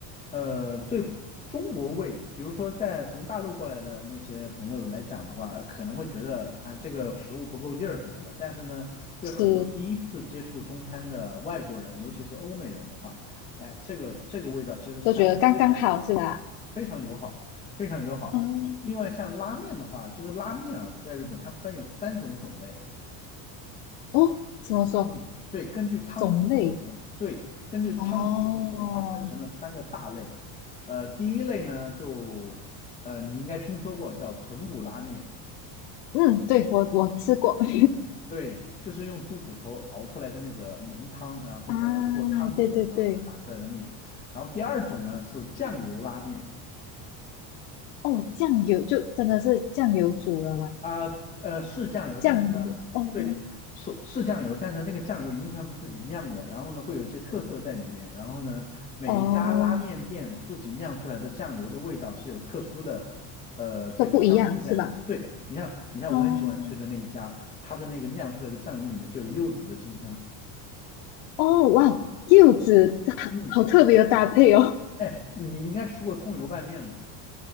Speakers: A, on the left; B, on the left.
A: 呃对中国胃，比如说在从大陆过来的那些朋友来讲的话，可能会觉得啊这个食物不够劲儿什么的。但是呢，对很多第一次接触中餐的外国人，
B: 是
A: 尤其是欧美人的话，哎，这个这个味道其实是相对非常
B: 都觉得刚刚好是吧？
A: 非常友好，非常友好。
B: 嗯，
A: 另外像拉面的话，其实拉面啊，在日本它分有三种种类，
B: 哦，怎么说
A: 嗯，对，根据汤底不同，
B: 种类？
A: 对，根据汤底不同，
B: 哦，
A: 它分成了三个大类。呃，第一类呢，就呃你应该听说过叫豚骨拉面，
B: 嗯，对，我我吃过 <laughs>
A: 对，就是用猪骨头熬出来的那个浓汤，然后呢做汤底，
B: 啊，对对对，
A: 然后呢打出来的面。然后第二种呢是酱油拉面。
B: 哦，酱油就真的是酱油煮的嘛，
A: 啊呃是酱油，
B: 酱油，
A: 但是呢，
B: 哦
A: 对，是是酱油，但是那个酱油一定是他们自己酿的，然后呢会有一些特色在里面，然后呢每一家拉面店自己酿出来的酱油的味道是有特殊的呃这个香气在里面。
B: 哦，都不一样是吧？
A: 对，你像你像我很喜欢吃的那一家，
B: 哦
A: 它的那个酿出来的酱油里面就有柚子的清香。
B: 哦，哇，柚子好好特别的搭配哦，
A: 嗯，哎，你应该吃过葱油拌面嘛？